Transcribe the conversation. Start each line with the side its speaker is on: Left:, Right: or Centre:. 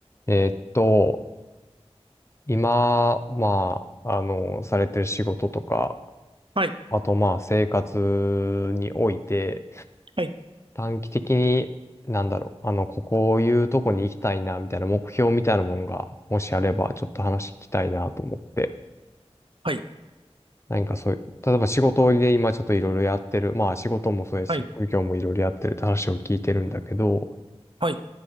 Left: えーっと、今、まあ、あの、されてる仕事とか、
Right: はい、
Left: あとまあ、生活において、
Right: はい、
Left: 短期的に、なんだろう、あの、ここいうとこに行きたいな、みたいな目標みたいなもんが、もしあれば、ちょっと話聞きたいなと思って、
Right: はい、
Left: 何かそういう、例えば仕事で今ちょっといろいろやってる、まあ、仕事もそうやし、
Right: はい、
Left: 職業もいろいろやってるって話を聞いてるんだけど、
Right: はい、